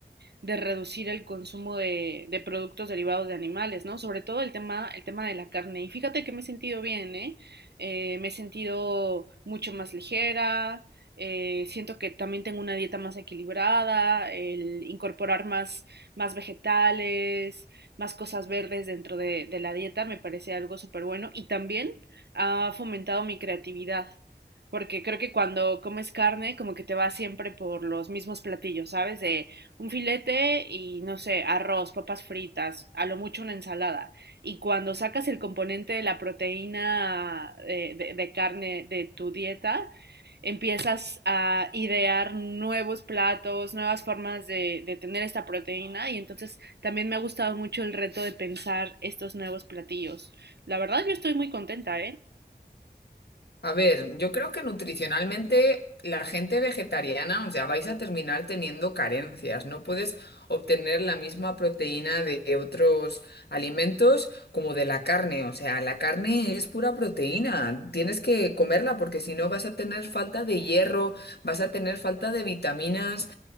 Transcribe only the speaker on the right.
de reducir el consumo de, de, productos derivados de animales, ¿no? Sobre todo el tema, el tema de la carne. Y fíjate que me he sentido bien, ¿eh? Eh, me he sentido mucho más ligera, eh, siento que también tengo una dieta más equilibrada, el incorporar más, más vegetales, más cosas verdes dentro de, de la dieta me parece algo súper bueno y también ha fomentado mi creatividad. Porque creo que cuando comes carne, como que te vas siempre por los mismos platillos, ¿sabes? De un filete y no sé, arroz, papas fritas, a lo mucho una ensalada. Y cuando sacas el componente de la proteína eh, de, de carne de tu dieta, empiezas a idear nuevos platos, nuevas formas de, de tener esta proteína. Y entonces también me ha gustado mucho el reto de pensar estos nuevos platillos. La verdad, yo estoy muy contenta, ¿eh?